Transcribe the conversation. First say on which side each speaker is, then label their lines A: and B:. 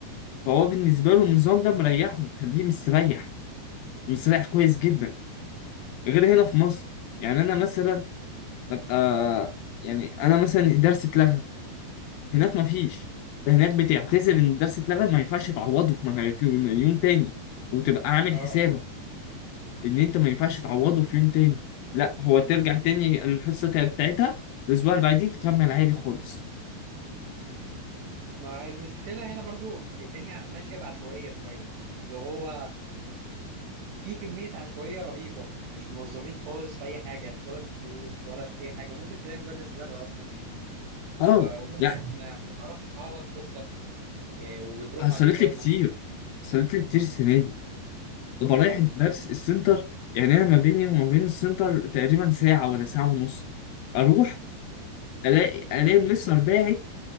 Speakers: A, on the left; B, on the right.
A: فهو بالنسبه له النظام ده مريحه مخليه مستريح مستريح كويس جدا غير هنا في مصر يعني انا مثلا ابقى يعني انا مثلا الدرس اتلغى هناك ما فيش هناك بتعتذر ان الدرس اتلغى ما ينفعش تعوضه في في يوم تاني وتبقى عامل
B: اه
A: حسابك ان انت ما ينفعش تعوضه في يوم تاني لا هو ترجع تاني الحصه تا- بتاعتها الاسبوع اللي بعديه تكمل عادي خالص
B: ما المشكله هنا برضو الدنيا ماشيه بعشوائيه شويه اللي هو في كميه عشوائيه رهيبه مش منظمين خالص في اي حاجه ولا في الدروس ولا في اي حاجه ممكن تلاقي مدرس لغى اصلا
A: اه
B: و- وممكن
A: لا
B: ما تعرفش تعوض حصه إيه، وتروح
A: حصلت
B: عليك خالص
A: لي كتير حصلت لي كتير السنه دي ببقى رايح
B: اه
A: الدرس السنتر يعني انا ما بيني وما بين السنتر تقريبا ساعه ولا ساعه ونص اروح الاقي الاقي المستر باعت